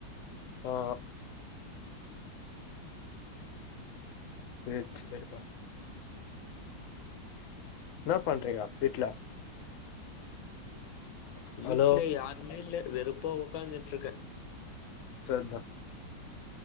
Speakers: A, on the left; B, on the left.
A: ஆ செரி செரிப்பா என்ன பண்றேங்கா வீட்ல
B: வீட்ல
A: ஹலோ
B: யாருமே இல்ல வெறுப்பா உக்காந்துட்டு இருக்கேன்
A: செரிதா